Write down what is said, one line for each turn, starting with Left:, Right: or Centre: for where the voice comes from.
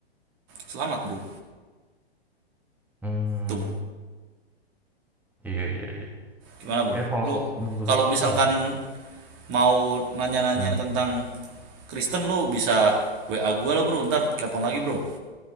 Right: selamat bro
Centre: Mmm,
Right: tuh
Centre: iya iya iya.
Right: gimana bro
Centre: Ya kalau
Right: lo
Centre: menurut
Right: kalau misalkan
Centre: gua ya
Right: mau nanya-nanya
Centre: mhm,
Right: tentang Kristen lu bisa WA gue lah bro ntar telepon lagi bro